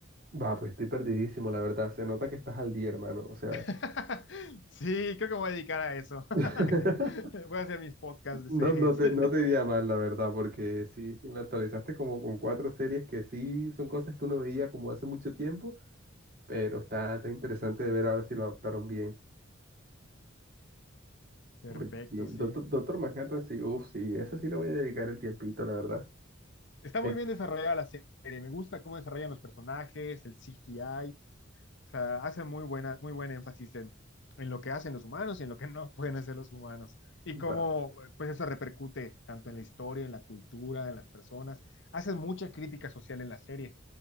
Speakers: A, on the right (about 50°); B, on the left (about 65°).
A: Va, pues estoy perdidísimo, la verdad. Se nota que estás al día, hermano. O sea,
B: <laughs> Sí, creo que me voy a dedicar a eso. <laughs>
A: <laughs>
B: Voy a hacer mis podcasts de
A: no,
B: series.
A: no te,
B: <laughs>
A: no te iría mal, la verdad, porque sí, sí me actualizaste como con cuatro series que sí son cosas que uno veía como hace mucho tiempo, pero está, está interesante de ver ahora si lo adaptaron bien.
B: Perfecto,
A: Porque sí,
B: sí.
A: Doctor, Doctor Manhattan, sí, uff, sí, esa sí le voy a dedicar el tiempito, la verdad.
B: Está
A: Eh,
B: muy bien desarrollada la serie. Me gusta cómo desarrollan los personajes, el CGI, O sea, hace muy buena, muy buen énfasis en, en lo que hacen los humanos y en lo que no <laughs> pueden hacer los humanos. Y
A: va.
B: cómo, eh, pues eso repercute tanto en la historia, en la cultura, en las personas. Hacen mucha crítica social en la serie,